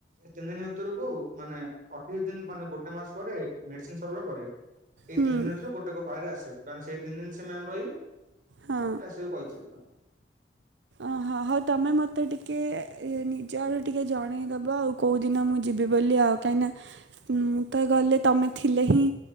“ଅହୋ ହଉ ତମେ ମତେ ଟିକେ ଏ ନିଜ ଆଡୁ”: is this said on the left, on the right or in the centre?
Right